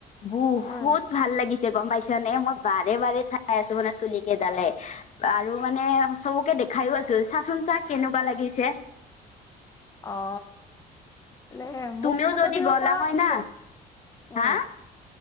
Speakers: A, on the left; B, on the left.
A: বহুত
B: উম
A: ভাল লাগিছে। গম পাইছা নে? মই বাৰে বাৰে চাই আছো মানে চুলি কেইডালে, আৰু মানে চবকে দেখা খাইয়ো আছো চাচোন চা কেনেকুৱা লাগিছে?
B: অ। এ
A: তুমিও
B: মোক ফটো
A: যদি
B: দিব
A: গলা
B: পৰা
A: হয়
B: পিছে,
A: না হা
B: উম